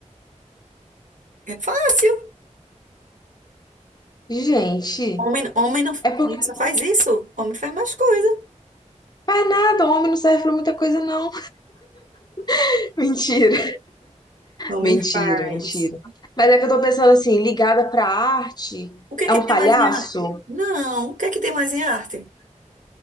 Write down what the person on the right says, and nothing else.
É fácil.
Homem, homem não só
faz isso. Homem faz mais coisas.
Não me
faz.
O que é
que
tem
mais em arte? Não, o que é que tem mais em arte?